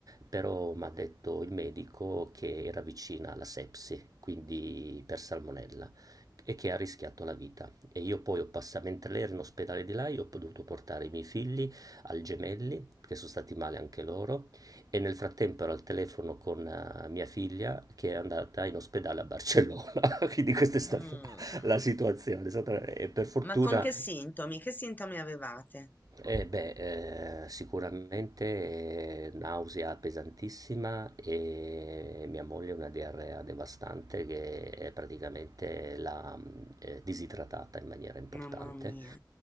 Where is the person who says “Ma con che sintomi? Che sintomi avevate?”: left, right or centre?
Left